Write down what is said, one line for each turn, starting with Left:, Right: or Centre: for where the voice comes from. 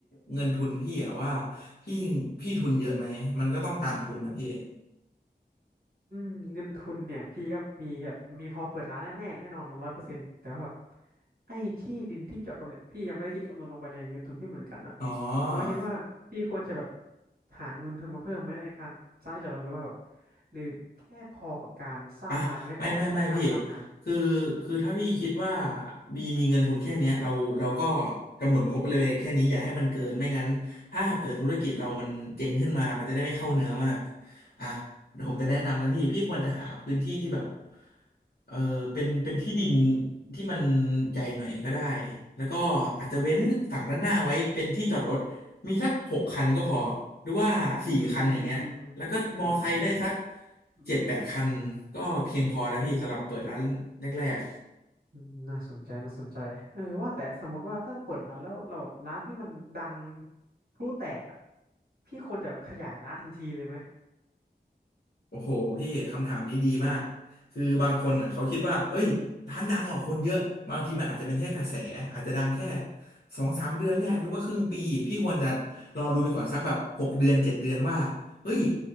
Left: เงินทุนพี่อะว่าพี่พี่ทุนเยอะไหมมันก็ต้องตามทุนนะพี่
Right: อืมเงินทุนเนี่ยพี่ก็มีแบบมีพอเปิดร้านแน่แน่แน่นอนร้อยเปอร์เซ็นต์แต่ว่าแบบไอ้ที่ดินที่จอดรถเนี่ยพี่ยังไม่ได้คิดคำนวณลงไปในเงินทุนพี่เหมือนกันอะ
Left: อ๋อ
Right: น้องคิดว่าพี่ควรจะแบบหาเงินทุนมาเพิ่มไหมในการสร้างที่จอดรถหรือว่าแบบหรือแค่พอกับการสร้างร้านไว้ก่อนแล้วก็จ้างพนักงาน
Left: อ่ะไม่ไม่ไม่พี่คือคือถ้าพี่คิดว่ามีมีเงินทุนแค่เนี้ยเราเราก็กำหนดงบไปเลยแค่นี้อย่าให้มันเกินไม่งั้นถ้าหากเกิดธุรกิจเรามันเจ๊งขึ้นมามันจะได้ไม่เข้าเนื้อมากอ่ะเดี๋ยวผมจะแนะนำนะพี่พี่ควรจะหาพื้นที่ที่แบบเออเป็นเป็นที่ดินที่มันใหญ่หน่อยก็ได้แล้วก็อาจจะเว้นฝั่งด้านหน้าไว้เป็นที่จอดรถมีสักหกคันก็พอหรือว่าสี่คันอย่างเงี้ย
Right: อืมอืมอืมอืมอื
Left: แล้วก็มอไซค์ได้สัก
Right: มอืม
Left: เจ็ดแปดคันก็เพียงพอแล้วพี่สำหรับเปิดร้านแรก
Right: อืม อืมน่าสนใจน่าสนใจเออว่าแต่สมมติว่าถ้าเราเปิดร้านแล้วเราแบบร้านพี่มันดังพลุแตกอะพี่ควรจะขยายร้านทันทีเลยไหม
Left: โอ้โหพี่คำถามนี้ดีมากคือบางคนอ่ะเขาคิดว่าเอ้ยร้านดังกว่าคนเยอะบางทีมันอาจจะเป็นแค่กระแสอาจจะดังแค่สองสามเดือนแรกหรือว่าครึ่งปีพี่ควรจะรอดูไปก่อนสักแบบหกเดือนเจ็ดเดือนว่าเฮ้ย